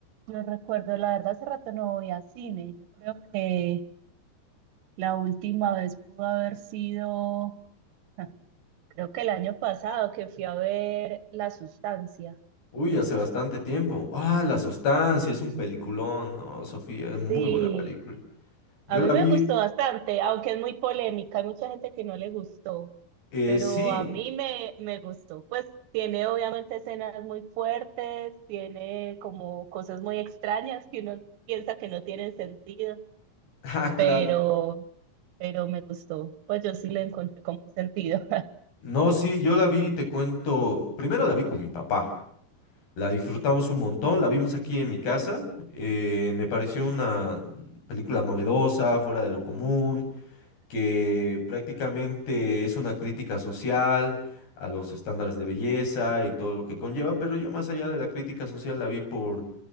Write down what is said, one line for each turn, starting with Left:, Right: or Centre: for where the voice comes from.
Right: yo recuerdo, la verdad, hace rato no voy a cine. Yo creo que la última vez pudo haber sido, ah, creo que el año pasado que fui a ver La Sustancia.
Left: Uy, hace bastante tiempo. Ah, La Sustancia, es un peliculón, ¿no? Sofía, es muy
Right: Sí,
Left: buena película. Yo
Right: a
Left: la
Right: mí me
Left: vi,
Right: gustó bastante, aunque es muy polémica, hay mucha gente que no le gustó,
Left: eh,
Right: pero
Left: sí,
Right: a mí me, me gustó. Pues tiene obviamente escenas muy fuertes, tiene como cosas muy extrañas que uno piensa que no tienen sentido.
Left: <laughs> ah, claro.
Right: pero, pero me gustó. Pues yo sí le encontré como un sentido. <laughs>
Left: No, sí, yo la vi, te cuento, primero la vi con mi papá, la disfrutamos
Right: Ok.
Left: un montón, la vimos aquí en mi casa, eh, me pareció una película novedosa, fuera de lo común, que prácticamente es una crítica social a los estándares
Right: Ujú,
Left: de belleza y todo lo que conlleva, pero yo más allá de la crítica social la vi por,